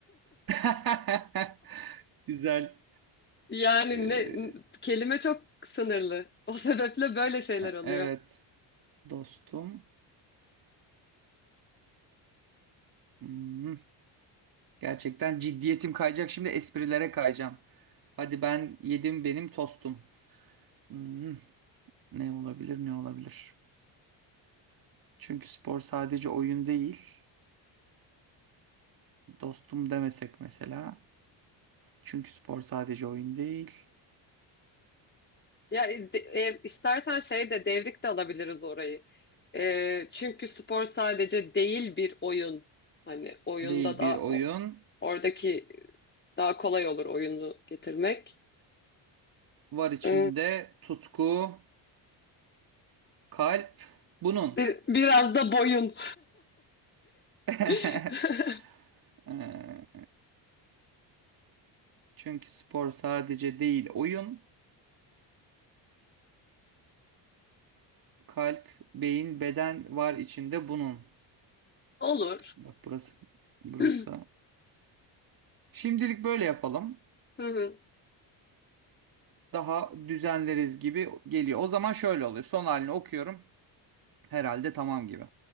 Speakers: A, on the right; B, on the left.
A: <laughs> güzel.
B: Yani
A: Ee,
B: ne kelime çok sınırlı. O sebeple böyle şeyler oluyor.
A: evet dostum. Hmm, Gerçekten ciddiyetim kayacak. Şimdi esprilere kayacağım. Hadi ben yedim benim tostum. Hmm, Ne olabilir ne olabilir? Çünkü spor sadece oyun değil. Dostum demesek mesela. Çünkü spor sadece oyun değil.
B: Ya e, de- e, istersen şey de devrik de alabiliriz orayı. E, çünkü spor sadece değil bir oyun. Hani oyunda
A: Değil
B: da
A: bir oyun.
B: o- oradaki daha kolay olur oyunu getirmek.
A: Var içinde
B: E,
A: tutku, kalp, bunun.
B: bir- biraz da boyun.
A: <laughs>
B: <laughs>
A: Ee, Çünkü spor sadece değil oyun, kalp, beyin, beden var içinde bunun.
B: Olur.
A: Bak burası, burası.
B: <clears throat> Hı
A: Şimdilik böyle yapalım.
B: hı,
A: Daha düzenleriz gibi geliyor. O zaman şöyle oluyor. Son halini okuyorum. Herhalde tamam gibi.